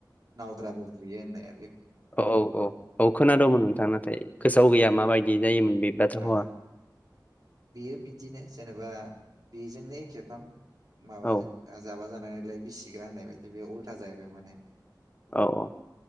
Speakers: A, on the right; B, on the left.
A: नावद्राबो बुयै होनाया।
B: औ औ औ औ खोनादोंंमोन नोंथां नाथाय गोसोआव गैया माबायदि जायोमोन। बे बाथ्राफावा
A: ओ बेयो बिदिनो जेनेबा बेजोंनो एखेफ्राम माबाजों
B: औ
A: जाबा जानानै लाइ बिसिग्रा होननाय बायदि बे उल्था जाहैबाय माने।
B: औ औ।